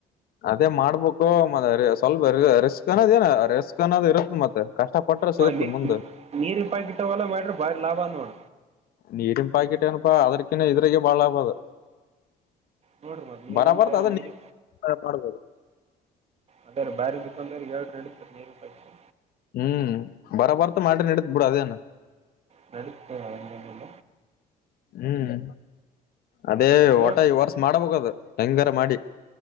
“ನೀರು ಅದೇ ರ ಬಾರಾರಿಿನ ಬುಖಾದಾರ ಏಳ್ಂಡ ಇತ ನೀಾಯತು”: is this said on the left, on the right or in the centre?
Right